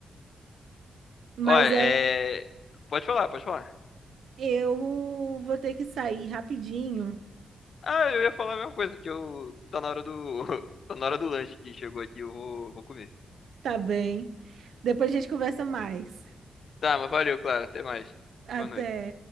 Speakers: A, on the right (about 70°); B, on the left (about 45°).
A: Mas
B: Olha,
A: é,
B: é... Pode falar, pode falar.
A: eu vou ter que sair rapidinho.
B: Ah, eu ia falar a mesma coisa, que eu... Tá na hora do... <laughs> Tá na hora do lanche que chegou aqui, eu vou, vou comer.
A: Tá bem. Depois a gente conversa mais.
B: Tá, mas valeu, Clara. Até mais. Boa
A: Até.
B: noite.